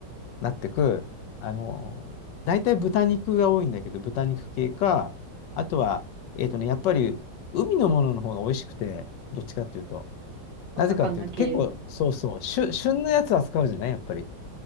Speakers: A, on the left; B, on the right.
A: う、なってく、あの、大体豚肉が多いんだけど、豚肉系か、あとは、えっとね、やっぱり、海のものの方が美味しくて、どっちかっていうと、
B: お魚系の。
A: なぜかっていうと、結構、そうそう、旬、旬のやつ扱うじゃないやっぱり。